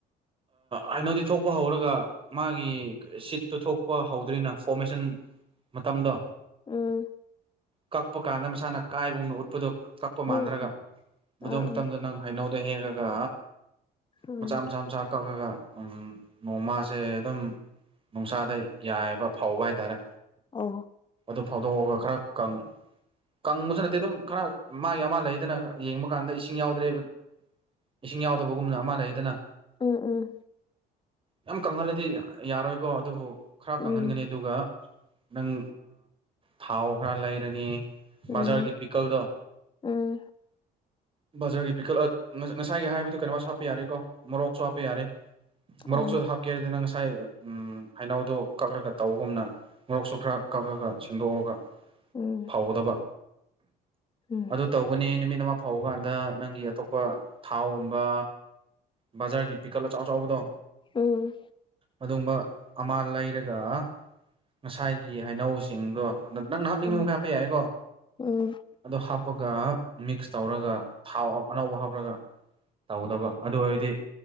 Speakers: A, on the right; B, on the left.
A: ꯑꯩꯅꯣꯗꯤ ꯊꯣꯛꯄ ꯍꯧꯔꯒ ꯃꯥꯒꯤ ꯁꯤꯠ ꯇꯠꯊꯣꯛꯄ ꯍꯧꯗ꯭ꯔꯤꯅ ꯐꯣꯔꯃꯦꯁꯟ ꯃꯇꯝꯗꯣ
B: ꯎꯝ
A: ꯀꯛꯄ ꯀꯥꯟꯗ ꯃꯁꯥꯅ ꯀꯥꯏꯕꯒꯨꯝꯅ ꯎꯠꯄꯗꯣ ꯀꯛꯄ ꯃꯥꯟꯗ꯭ꯔꯒ
B: ꯎꯝ
A: ꯃꯗꯨ
B: ꯑꯥ
A: ꯃꯇꯝꯗꯣ
B: ꯑꯥ
A: ꯅꯪ ꯍꯥꯏꯩꯅꯧ ꯑꯗꯨꯗ ꯍꯦꯛꯑꯒ
B: ꯎꯝ
A: ꯃꯆꯥ ꯃꯆꯥ ꯃꯆꯥ ꯀꯛꯑꯒ ꯎ ꯅꯣꯡꯃꯥꯁꯦ ꯑꯗꯨꯝ ꯅꯨꯡꯁꯥꯗ ꯌꯥꯏꯑꯕ ꯐꯥꯎꯕ ꯍꯥꯏꯇꯥꯔꯦ
B: ꯑ
A: ꯑꯗꯨ ꯐꯥꯎꯗꯣꯛꯑꯒ ꯈꯔ ꯀꯪꯉ ꯀꯪꯕꯁꯨ ꯅꯠꯇꯦ ꯑꯗꯨꯝ ꯈꯔ ꯃꯥꯒꯤ ꯑꯃ ꯂꯩꯗꯅ ꯌꯦꯡꯕ ꯀꯥꯟꯗ ꯏꯁꯤꯡ ꯌꯥꯎꯗ꯭ꯔꯦꯕ ꯏꯁꯤꯡ ꯌꯥꯎꯗꯕꯒꯨꯝꯅ ꯑꯃ ꯂꯩꯗꯅ
B: ꯎꯝ ꯎꯝ
A: ꯌꯥꯝ ꯀꯪꯍꯜꯂꯗꯤ ꯌꯥꯔꯣꯏꯀꯣ ꯑꯗꯨꯕꯨ ꯈꯔ ꯀꯪꯍꯟꯒꯅꯤ
B: ꯎꯝ
A: ꯑꯗꯨꯒ ꯅꯪ ꯊꯥꯎ ꯈꯔ ꯂꯩꯔꯅꯤ ꯕꯥꯖꯥꯔꯒꯤ
B: ꯎꯝ
A: ꯄꯤꯀꯜꯗꯣ
B: ꯎꯝ
A: ꯕꯖꯥꯔꯒꯤ ꯄꯤꯀꯠ ꯉꯁꯥꯏꯒꯤ ꯍꯥꯏꯕꯗꯨ ꯀꯩꯅꯣꯁꯨ ꯍꯥꯞꯄ ꯌꯥꯔꯦꯀꯣ ꯃꯣꯔꯣꯛꯁꯨ ꯍꯥꯞꯄ ꯌꯥꯔꯦ ꯃꯔꯣꯔꯣꯛꯁꯨ
B: ꯑꯣ
A: ꯑꯗꯨ ꯍꯥꯞꯀꯦꯔ ꯑꯗꯨꯅ ꯉꯁꯥꯏ ꯎ ꯍꯩꯅꯎꯗꯣ ꯀꯛꯂꯒ ꯇꯧꯕꯒꯨꯝꯅ ꯃꯣꯔꯣꯛꯁꯨ ꯈꯔ ꯀꯛꯑꯒ ꯁꯦꯡꯗꯣꯛꯑꯒ
B: ꯎꯝ
A: ꯐꯧꯗꯕ
B: ꯎꯝ
A: ꯑꯗꯨ ꯇꯧꯒꯅꯤ ꯅꯨꯃꯤꯠ ꯑꯃ ꯐꯥꯎꯕ ꯀꯥꯟꯗ ꯅꯪꯒꯤ ꯑꯇꯣꯞꯄ ꯊꯥꯎꯒꯨꯝꯕ ꯕꯖꯥꯔꯒꯤ ꯄꯤꯛꯀꯜ ꯑꯆꯥꯎ ꯑꯆꯕꯗꯣ
B: ꯎꯝ
A: ꯑꯗꯨꯒꯨꯝꯕ ꯑꯃ ꯂꯩꯔꯒ ꯉꯁꯥꯏꯒꯤ ꯍꯩꯅꯧꯁꯤꯡꯗꯣ ꯅꯪꯅ ꯍꯥꯞꯅꯤꯡꯕ
B: ꯎꯝ
A: ꯑꯃꯛ ꯍꯥꯞꯄ ꯌꯥꯏꯀꯣ
B: ꯎꯝ
A: ꯑꯗꯣ ꯍꯥꯞꯄꯒ ꯃꯤꯛꯁ ꯇꯧꯔꯒ ꯊꯥꯎ ꯑꯅꯧꯕ ꯍꯥꯞꯄꯒ ꯇꯧꯗꯕ ꯑꯗꯨ ꯑꯣꯏꯔꯗꯤ